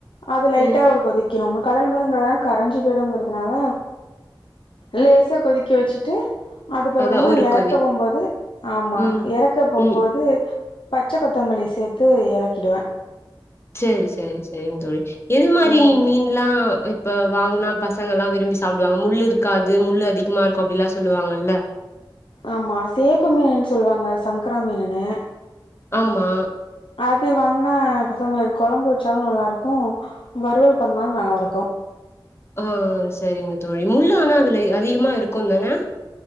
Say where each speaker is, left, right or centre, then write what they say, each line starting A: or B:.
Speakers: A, on the left; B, on the left.
A: அது லைட்டா
B: ம்
A: ஒரு கொதிக்கணும் கடல் மீனுங்கறதுனால கரஞ்சு போய்டுங்கிறதுனால லேசா கொதிக்க வச்சுட்டு அதுக்கப்பறமா
B: அதா ஒரு
A: எறக்க
B: கொதி
A: போம்போது ஆமா
B: ம்
A: எறக்க போம்போது
B: ம்
A: பச்ச கொத்தமல்லி சேத்து எறக்கிடுவே
B: சேரி சேரி சேரிங் தோழி எது மாரி
A: ம்
B: மீன்லா இப் இப்ப வாங்னா பசங்கல்லா விரும்பி சாப்டுவங்க முள்ளு இருக்காது முள்ளு அதிகமா இருக்கு அப்டில்லா சொல்லுவாங்கல்ல
A: ஆமா சேப்பு மீனுன்னு சொல்லுவாங்க சங்கரா மீனுன்னு
B: ஆமா
A: அது வாங்னா பசங்களுக்கு கொழம்பு வச்சாலு நல்லாருக்கு வறுவல் பண்ணாலு நல்லாருக்கு
B: ஆ சரிங்க தோழி முள்ளு ஆனா அதுல அதிகமா இருக்குந் தான